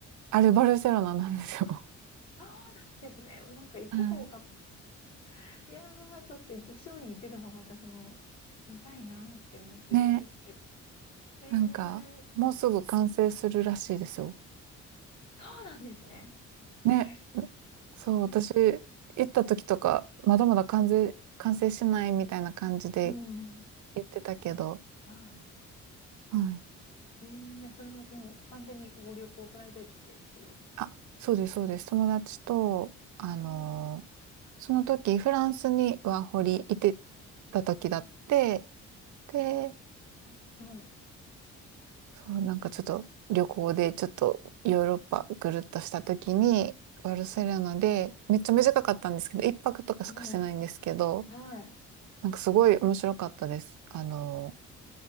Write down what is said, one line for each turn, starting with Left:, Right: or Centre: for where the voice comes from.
Right: あれ、バルセロナなんですよ。
Left: あ、そうなんですね。なんか行けばよかった。
Right: は
Left: いやー、ちょっと一生に一度は私も見たいなーって思ってるんですけど。
Right: いね、
Left: え
Right: なんか、
Left: ー、
Right: もうすぐ完成するらしいですよ。
Left: そうなんですね。
Right: ね、
Left: あれ、
Right: そう、
Left: え、
Right: 私、
Left: はい
Right: 行った時とか、まだまだ完成、完成しないみたいな感じで
Left: うん。
Right: 言ってたけど、
Left: はい。
Right: はい。
Left: えー、いやそれはもう完全にご旅行プライベートでっていう
Right: あ、そうです、
Left: 感
Right: そうです。友達と、
Left: じです。
Right: あのー
Left: えー、
Right: その時、フランスにワーホリいてた時だって、で、
Left: あはい。
Right: そう、なんかちょっと旅行でちょっとヨーロッパぐるっとした時に、バルセロナで、めっちゃ短かったんですけど、一泊とかしかしてないんですけど、
Left: はい。はい。
Right: なんかすごい面白かったです。あのー